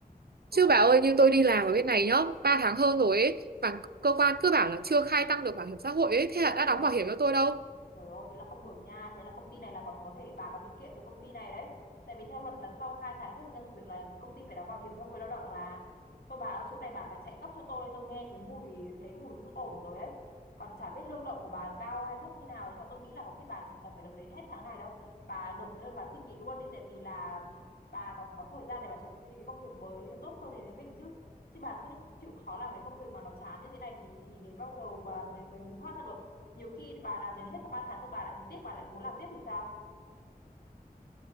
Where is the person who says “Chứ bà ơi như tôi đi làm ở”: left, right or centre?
Right